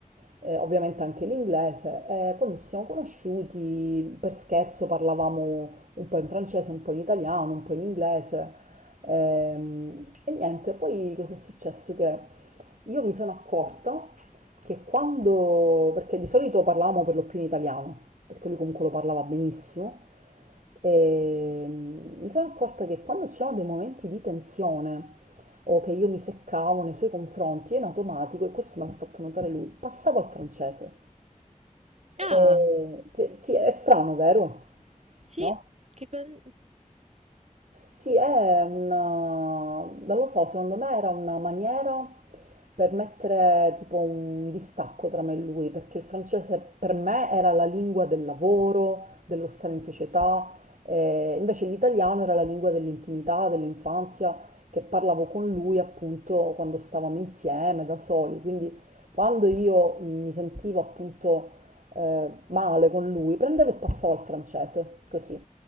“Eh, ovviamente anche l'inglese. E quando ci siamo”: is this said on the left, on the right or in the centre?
Right